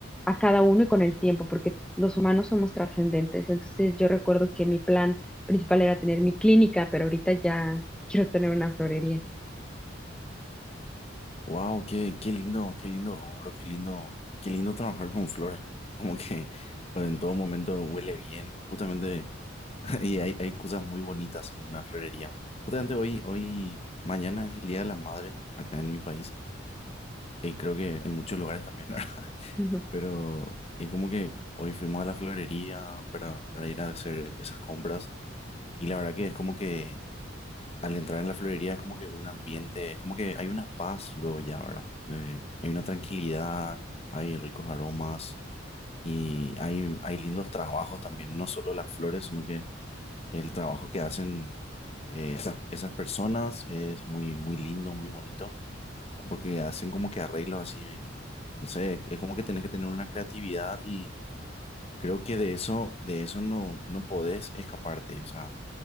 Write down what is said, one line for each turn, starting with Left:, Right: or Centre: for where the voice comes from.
Centre: a cada uno y con el tiempo, porque los humanos somos trascendentes. Entonces, yo recuerdo que mi plan principal era tener mi clínica, pero ahorita ya <laughs> quiero tener una florería.
Left: Wow, qué, qué lindo, qué lindo rubro, qué lindo, qué lindo trabajar con flores, ¿no? <laughs> Como que o en todo momento huele bien, justamente, <laughs> y hay, hay cosas muy bonitas en una florería. Justamente hoy, hoy, mañana es el Día de la Madre acá en mi país. Y creo que en muchos lugares también, <laughs> ¿verdad?
Centre: <laughs>
Left: Pero es como que hoy fuimos a la florería para, para ir a hacer esas compras. Y la verdad que es como que al entrar en la florería es como que un ambiente, es como que hay una paz luego ya, ¿verdad? De- hay una tranquilidad, hay ricos aromas y hay, hay lindos trabajos también, no solo las flores, sino que el trabajo que hacen eh, esas, esas personas es muy, muy lindo, muy bonito, porque hacen como que arreglos así, no sé, es como que tenés que tener una creatividad y creo que de eso, de eso no, no podés escaparte. O sea,